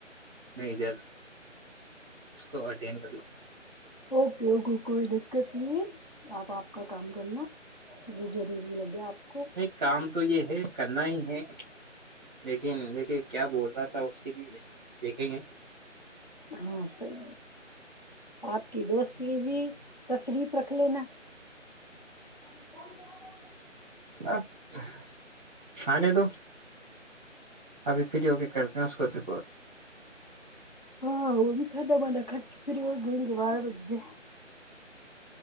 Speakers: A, in the centre; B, on the left (about 35°).
A: میں ادھر اس کو اٹینڈ کر لوں گا
B: اوکے اوکے کوئی دقت نہیں آپ آپ کا کام کرنا جو ضروری لگے آپ کو
A: نہیں کام تو یہ ہے کرنا ہی ہے لیکن دیکھیے کیا بول رہا تھا اس کی بھی دھیکھےگے
B: ہاں صحیح آپ کی دوست کی بھی تشریف رکھ لینا ادم <unintelligible>
A: اب <unintelligible> آھے دو ابھی فری ہو کے کرتے ہیں اس کو بھی
B: ہاں وہ بھی فدا مانا ک کے پھر ہو گوں گے بارہ بج گے